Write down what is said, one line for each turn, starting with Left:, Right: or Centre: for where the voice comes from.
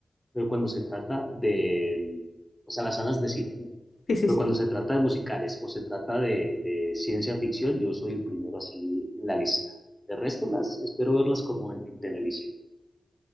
Centre: pero cuando se trata de, o sea, las salas de cine, ¿no?
Left: Sí, sí,
Centre: Pero
Left: sí.
Centre: cuando se trata de musicales o se trata de, de ciencia ficción, yo soy el primero así en la lista. De resto, las espero verlas como en, en televisión.